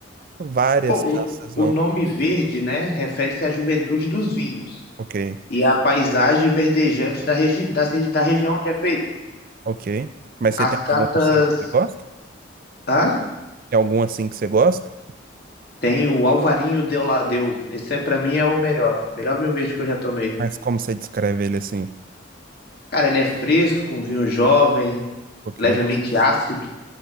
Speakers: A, on the right; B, on the left.
A: várias
B: Pô,
A: caças,
B: o,
A: não.
B: o nome verde, né? Refere-se à juventude dos vinhos
A: Ok,
B: e à paisagem verdejante da, regi das regi- da região onde é feito.
A: ok. Mas você
B: As
A: tem
B: cartas.
A: algum, assim, que você gosta?
B: Hã?
A: Tem algum, assim, que você gosta?
B: Tem o Alvarinho de Oladeu. Esse é, pra mim é o melhor. Melhor vinho verde que eu já tomei.
A: Mas como você descreve ele, assim?
B: Cara, ele é fresco, um vinho jovem,
A: Ok.
B: levemente ácido.